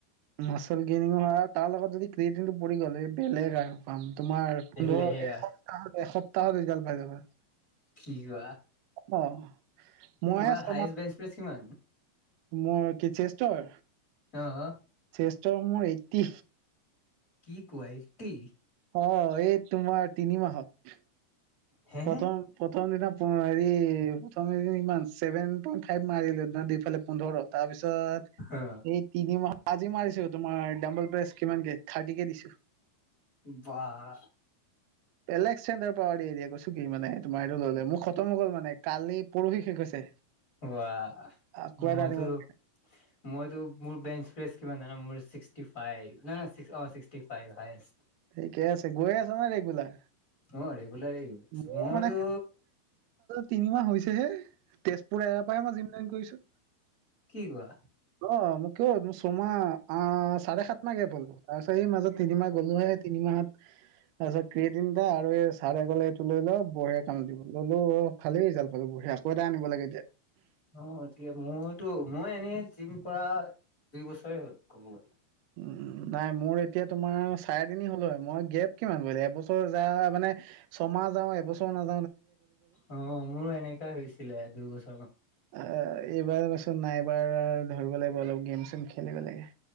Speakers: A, on the right; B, on the left.
A: মাচল গেইনিং হয় তাৰ লগত যদি ক্ৰিয়েটিংটো পৰি গ'ল বেলেগ আৰু। পাম তোমাৰ পোন্ধৰ
B: লেয়া
A: এসপ্তাহ এসপ্তাহত ৰিজাল্ট পাই যাবা।
B: কি কোৱা
A: অ মই
B: তোমাৰ
A: ছমাহ
B: হায়ষ্ট বেঞ্চ প্ৰেছ কিমান?
A: মোৰ কি চেষ্টৰ?
B: অ',
A: চেষ্টৰ মোৰ এইতটি।
B: কি কোৱা এইতটি।
A: অ', এই তোমাৰ তিনি মাহত।
B: হে
A: প্ৰথম -প্ৰথম দিনা হেৰি প্ৰথম কেইদিনমান ছেভেন পইন্ট ফাইভ মাৰিলো দুইফালে পোন্ধৰ তাৰপিছত
B: অ
A: এই তিনি মাহ আজি মাৰিছো তোমাৰ ডাম্বল প্ৰেছ কিমানকে থাৰ্টি কে দিছো।
B: বাহ।
A: বেলেগ চেঞ্জৰ পাৱাৰ দিদিয়ে কৈছোঁ কি মানে তোমাৰ সেইটো ল'লে মোৰ খতম হৈ গল মানে কালি পৰহি শেষ হৈছে।
B: বাহ
A: আকৌ
B: মইতো-
A: এটা আনিব লাগে
B: মইতো মোৰ বেঞ্চ প্ৰেছ কিমান জানা মোৰ ছিক্সটি ফাইভ নহয় নহয় অ', ছিক্সটি ফাইভ হাইয়েষ্ট।
A: ঠিকে আছে গৈ আছা ন' ৰেগুলাৰ?
B: অ', ৰেগুলাৰে গৈ আছো
A: মোৰ
B: মইতো
A: মানে তিনিমাহ হৈছে হে তেজপুৰ এৰাৰ পৰাই মই জিম জইন কৰিছো।
B: কি কোৱা?
A: অ', মোক কিয় মোৰ চমাহ আ, চাৰে সাত মাহ গেপ হ'লতো তাৰপিছ মাজত তিনিমাহ গ'লোহে তিনি মাহত তাৰপিছত কেই তিনটা আৰু এই চাৰে গলে এইটো লৈ ল' বঢ়িয়া কামত দিব ল'লো ভালেই ৰিজাল্ট পালো বঢ়ীয়া আকৌ এটা আনিব লাগে এতিয়া।
B: অ', মইতো মই এনেই জিম কৰা দুই বছৰে হ'ল। <unintelligible>
A: উম, নাই মোৰ এতিয়া তোমাৰ চাৰে তিনি হ'ল মই গেপ কিমান গল এব বছৰ যা মানে ছমাহ যাওঁ এবছৰ নাযা
B: অ', মোৰো এনেকা হৈছিলে দুইবছৰ
A: অ', এইবাৰচোন নাই এইবাৰ ধৰিব লাগিব অলপ গেম চেম খেলিব লাগে।